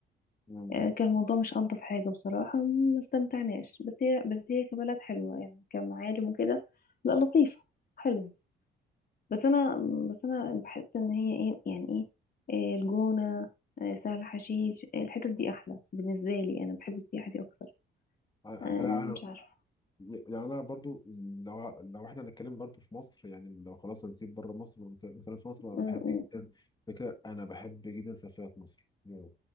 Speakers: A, on the left; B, on the left.
A: مم.
B: آه كان الموضوع مش ألطف حاجة بصراحة ما استمتعناش بس هي بس هي كبلد حلوة يعني كمعالم وكده لا لطيفة حلوة بس أنا بس أنا بحس إن هي ايه يعني ايه آه الجونة آه سهل حشيش آه الحتت دي أحلى بالنسبة لي أنا بحب السياحة دي أكتر
A: ع-
B: آه
A: لا انا
B: مش عارفة
A: يعني انا برضو لو لو احنا هنتكلم برضو في مصر يعني لو خلاص هنسيب بره مصر ونتكلم في مصر انا
B: م-
A: بحب
B: م.
A: جدا فكره انا بحب جدا سفريات مصر مم.